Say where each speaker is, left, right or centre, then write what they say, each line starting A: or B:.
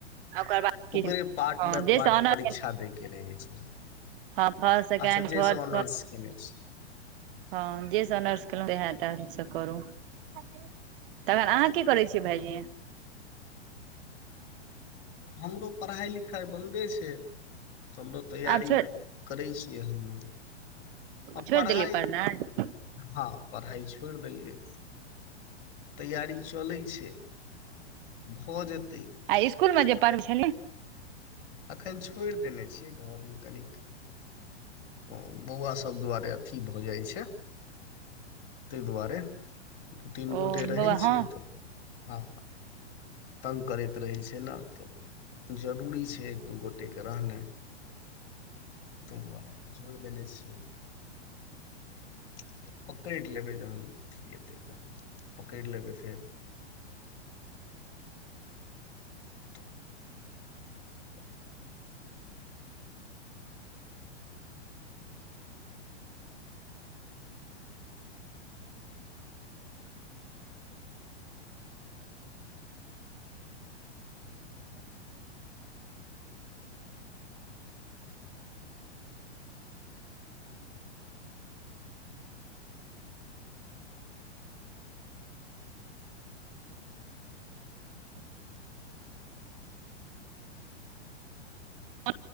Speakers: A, on the right; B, on the left.
A: ओकर बाद किछ
B: ओकरे
A: हँ
B: पार्ट बाय
A: जाहिसँ
B: पार्ट
A: ऑनर्स
B: परीक्षा देै के रहै छै।
A: हँ फर्स्ट सेकेंड
B: अच्छा जेस
A: थर्ड
B: ओनर्स कैने छी।
A: हँ जे सब आनर्स केलहु वह करू। अब। तखन अहाँ की करै छियै भायइजी। ह।
B: हमरो पढ़ाइ लिखाइ बन्दे छै। तऽ हमरो तैयारी
A: आब छोड़
B: करै छियै हम। आ
A: छोड़ि
B: पढ़ाइ
A: देलियै पढ़नाइ
B: हँ पढ़ाइ छोड़ि देलियै। य। तैयारी चलै छै भऽ जेतै।
A: आ इसकुलमे जे पढ़बै छली।
B: एखन छोड़ि देने छियै घरमे कनिक। ओ बौआ सभ दुआरे अथी भऽ जाइ छै ताहि दुआरे। तीन
A: ओ
B: गोटे रहै
A: बौआ
B: छियै
A: हँ
B: तऽ हँ। तंग करैत रहै छै ने तऽ जरूरी छै। एक दू गोटे के रहने ताहि दुआरे फेर छोड़ देने छियै फे पकड़ लेबै जहन ए त पकड़ि लेबै फेर। तऽ। ठ।
A: आ।